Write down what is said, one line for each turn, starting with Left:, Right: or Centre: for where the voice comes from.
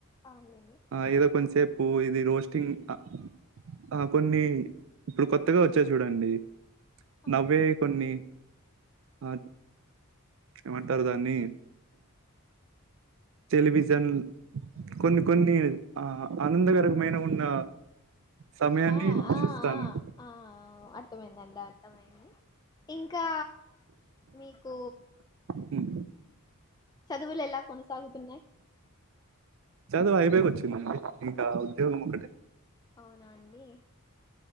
Left: అవునులేండి
Right: ఆ ఏదో కొంచసేపు పూ ఇది రోస్టింగ్ అ ఆ కొన్ని ఇప్పుడు కొత్తగా వచ్చాయ్ చూడండి
Left: ఆ
Right: నవ్వే కొన్ని ఆ ఏమంటారు దాన్ని, టెలివిజన్ కొన్ని కొన్ని ఆ ఆనందకరమైన ఉన్న సమయాన్ని
Left: ఆ ఆ
Right: చూస్తానండి
Left: ఆ ఆ అర్థమైందండి అర్థమైంది. ఇంకా మీకు
Right: హ్మ్.
Left: చదువులెల కొనసాగుతున్నాయ్
Right: చదువు అయిపోయి వచ్చిందండి, ఇంకా ఉద్యోగం ఒకటే
Left: అవునా అండి.